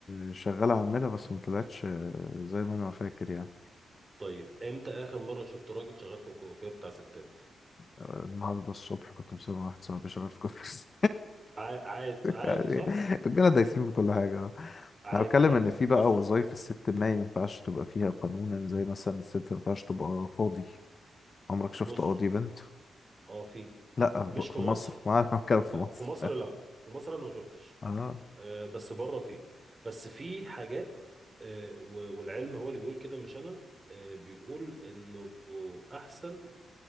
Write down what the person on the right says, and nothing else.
طيب امتى اخر مره شفت راجل شغال في الكوافير بتاع ستات
ع- ع- عادي
صح
عادي
صح
بص
بص
اه في
مش
في
مصر
لا
في مصر لا في مصر انا ما شفتش
آه بس بره في بس في حاجات آه و- والعلم هو اللي بيقول كده مش انا آه بيقول انه احسن